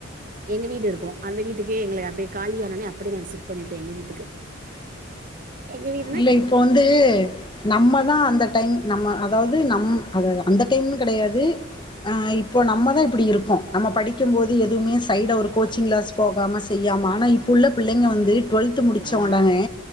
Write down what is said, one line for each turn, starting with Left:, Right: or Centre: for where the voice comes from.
Right: எங்க வீடு இருக்கும் அந்த வீட்டுக்கே எங்கள அப்டியே காலி ஆனோனே அப்டியே ஷிப்ட் பண்ணிட்டோம் எங்க வீட்டுக்கு எங்க வீட்டு
Left: இல்ல இப்போ வந்து நம்ம தா அந்த டைம் நம்ம அதாது நம் அது அந்த டைம் கடையாது அ இப்போ நம்ம தா இப்டி இருக்கோம் நம்ம படிக்கும்போது எதுவுமே சைட்ல ஒரு கோச்சிங் கிளாஸ் போகாம செய்யாம ஆனா இப்போ உள்ள புள்ளைங்க வந்து டுவல்த் முடிச்ச
Right: ஆ
Left: ஒடனே